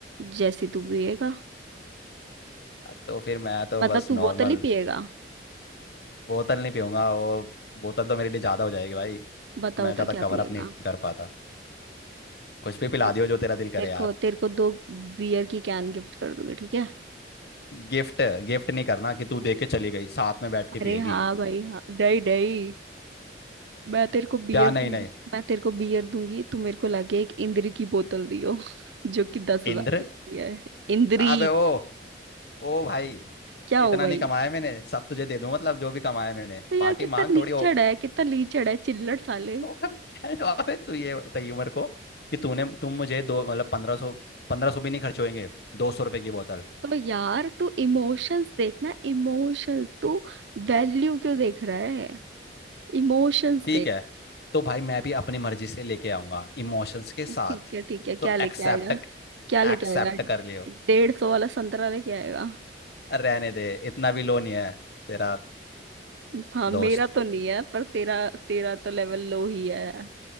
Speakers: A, on the right; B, on the left.
A: जैसी तू पिएगा
B: तो फिर मैं तो
A: मतलब
B: बस
A: तू
B: नॉर्मल
A: बोतल ही पिएगा
B: बोतल नहीं पीऊंगा वो बोतल तो मेरे लिए ज्यादा हो जाएगी भाई
A: बता
B: मैं
A: बता
B: ज्यादा
A: क्या
B: कवर
A: पिएगा
B: अप नहीं कर पाता कुछ भी
A: चल
B: पिला दियो जो तेरा दिल
A: तेरे
B: करे यार
A: को तेरे को दो बियर की कैन गिफ्ट कर दूंगी ठीक है
B: गिफ्ट गिफ्ट नहीं करना कि तू दे के चली गई साथ में बैठ के पिएगी
A: अरे हाँ भाई हाँ नहीं नहीं मैं तेरे को बियर
B: क्या नहीं
A: दूंगी
B: नहीं
A: मैं तेरे को बियर दूंगी तू मेरे को लाके एक इंद्री की बोतल दियो <laughs> जो कि दस
B: इंद्र
A: हजार की आती है इंद्री
B: अबे ओ ओ भाई
A: क्या
B: इतना
A: हो भाई
B: नहीं कमाया मैंने सब तुझे दे दूं मतलब जो भी कमाया मैंने
A: तो यार
B: पार्टी
A: कितना
B: मांग
A: लीचड़
B: थोड़ी हो
A: है कितना लीचड़ है चिल्लड़ साले
B: <laughs> अबे तू ये बताइए मेरे को कि तूने तुम मुझे दो मतलब पंद्रह सौ पंद्रह सौ भी नहीं खर्च होएंगे दो सौ रुपए की बोतल
A: तो यार तू इमोशंस देखना इमोशंस तू वैल्यू क्यों देख रहा है इमोशंस
B: ठीक
A: देख
B: है तो भाई मैं भी अपनी मर्जी से लेके आऊंगा इमोशंस के साथ
A: ठीक है ठीक है क्या
B: तो
A: लेके
B: एक्सेप्ट
A: आएगा क्या लेके
B: एक्सेप्ट
A: आएगा
B: कर लियो
A: डेढ़ सौ वाला संतरा लेके आएगा
B: रहने दे इतना भी लो नहीं है तेरा
A: हाँ मेरा
B: दोस्त
A: तो नहीं है पर तेरा तेरा तो लेवल लो ही है